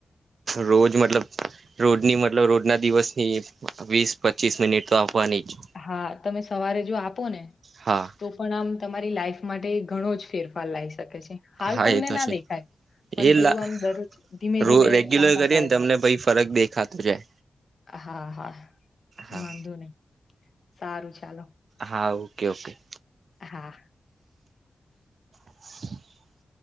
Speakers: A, on the right (about 65°); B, on the left (about 55°).
A: રોજ મતલબ રોજની મતલબ રોજના દિવસની વીસ પચીસ મિનિટ તો આવવાની જ.
B: હા તમે સવારે જો આપો ને,
A: હા
B: તો પણ આમ તમારી લાઈફ માટે ઘણો જ ફેરફાર લાવ શકે છે, હાલ
A: હા
B: તમને
A: એ તો
B: ના
A: છે
B: દેખાય. પણ
A: એ
B: જેવું
A: લા
B: આમ દરરોજ ધીમે
A: રો
B: ધીમે
A: રેગ્યુલર
B: લાંબા
A: કરીએ
B: કાળે
A: ને તમને
B: લ
A: ભાઈ ફરક દેખાતો જાય
B: હા હા,
A: હા
B: વાંધો નહી, સારું ચાલો.
A: હા ઓકે ઓકે.
B: હા.
A: હ <inaudible>